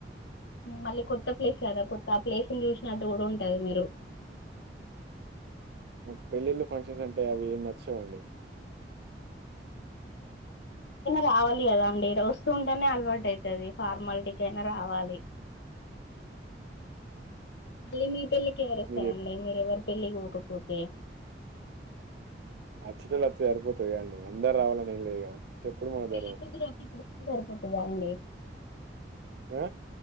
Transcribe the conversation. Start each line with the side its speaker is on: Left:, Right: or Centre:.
Left: మళ్ళీ కొత్త ప్లేస్ కదా కొత్త ఆ ప్లేస్ లు చూసినట్టు కూడా ఉంటది మీరు
Right: నాకు పెళ్ళిళ్ళు ఫంక్షన్స్ అంటే అవి ఎమ్ నచ్చావండి
Left: రావాలి కదాండి వస్తుూంటేనే అలవాటు అయితాది ఫార్మాలిటీకి అయినా రావాలి మళ్ళీ మీ పెళ్లి కేవరోస్తారండి
Right: మీరు చెప్
Left: మీరు ఎవర్ పెళ్లికి పోకపోతే
Right: చుట్టాలు అత్తే సరిపోతది కదా అండి అందరు రావాలని ఏం లేదు కదా చెప్పుడు
Left: మీకు
Right: మన
Left: పేళ్లికుతురూ
Right: ధర్మం.
Left: సరిపోతాది అండి
Right: ఆ!